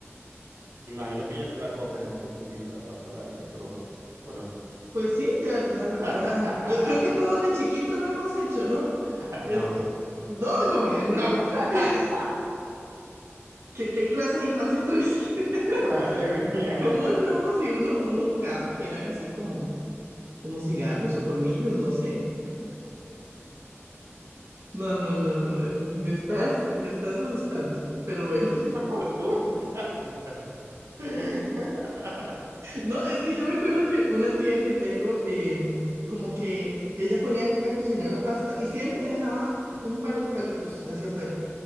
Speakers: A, on the right; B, on the right.
A: Imagino que ya te la comes así un poquito la pasta larga, cruda, ¿o no?
B: Pues sí, ya, ya, ya.
A: <laughs>
B: Yo creo que todos de chiquitos lo hemos hecho, ¿no?
A: No.
B: Es- eh, no, como que no.
A: <laughs>
B: <laughs> ¿Qué, qué- qué clase de infancia tuviste?
A: Madre
B: <laughs>
A: mía.
B: ¿Cómo no? Si uno, uno jugaba que eran así como, como cigarros o colmillos, no sé. No, no, no, no. eh, Me estás, me estás asustando. Pero bueno.
A: <laughs>
B: <laughs>
A: No, tú me estás asustando. <laughs>
B: No, es que yo me acuerdo que una tía que tengo, em, como que ella ponía a cocinar la pasta y siempre dejaba un par de palitos hacia afuera.